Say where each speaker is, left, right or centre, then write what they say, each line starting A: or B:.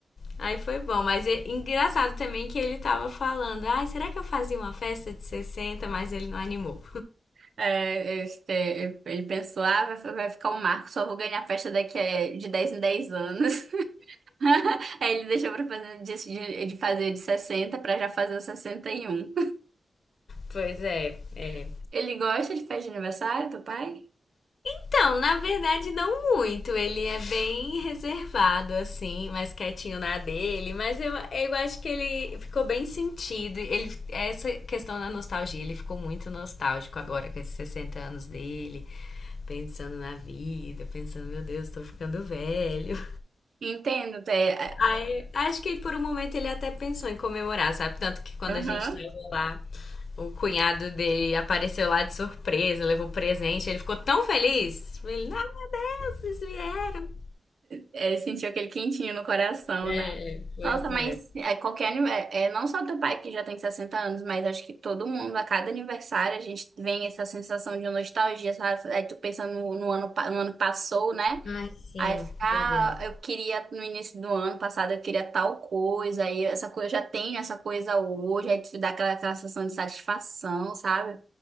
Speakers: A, on the left (about 65°); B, on the right (about 65°).
A: Aí foi bom, mas é engraçado também que ele tava falando, ai, será que eu fazia uma festa de sessenta mas ele não animou.
B: É, este, ele pensou, ah, vai, vai ficar um marco, só vou ganhar festa daqui a, de 10 em 10 anos. <laughs> Aí ele deixou pra fazer de, de, de fazer de 60 pra já fazer os sessenta e um
A: Pois é, é,
B: <laughs> Ele gosta de festa de aniversário do pai?
A: Então, na verdade, não muito. Ele é bem reservado, assim, mais quietinho na dele. Mas eu, eu acho que ele ficou bem sentido. Ele, essa questão da nostalgia, ele ficou muito nostálgico agora com esses 60 anos dele. Pensando na vida, pensando, meu Deus, tô ficando velho.
B: Entendo, é, é,
A: Aí, acho que por um momento ele até pensou em comemorar, sabe? Tanto que quando
B: aham.
A: a gente tava lá, o cunhado dele apareceu lá de surpresa, levou presente, ele ficou tão feliz. Ele, ah, meu Deus, vocês vieram.
B: É, sentiu aquele quentinho no coração,
A: É,
B: né?
A: pois
B: Nossa, mas
A: é.
B: é, qualquer aniversário, é, é, não só teu pai que já tem 60 anos, mas acho que todo mundo, a cada aniversário, a gente vem essa sensação de nostalgia, sabe? Aí tu pensa no, no ano, pa- no ano que passou, né?
A: Ai, sim,
B: Aí ficar,
A: meu Deus.
B: eu queria no início do ano passado, eu queria tal coisa, aí essa coisa, eu já tenho essa coisa hoje, aí te dá aquela, aquela sensação de satisfação, sabe?